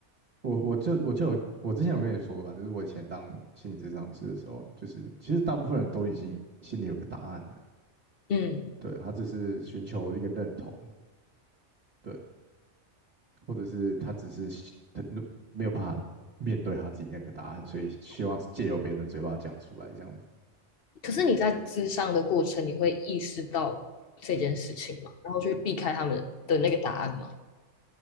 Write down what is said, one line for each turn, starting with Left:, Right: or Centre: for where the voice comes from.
Right: 我我就我就有我之前有跟你说过吧，就是我以前当心理咨商师的时候，就是其实大部分人都已经心里有个答案了，
Left: 嗯，
Right: 对，他只是寻求一个认同，对，或者是他只是希他没有办法面对他自己那个答案，所以希望借由别人的嘴巴讲出来，这样子
Left: 可是你在咨商的过程，你会意识到这件事情吗？然后去避开他们的那个答案吗？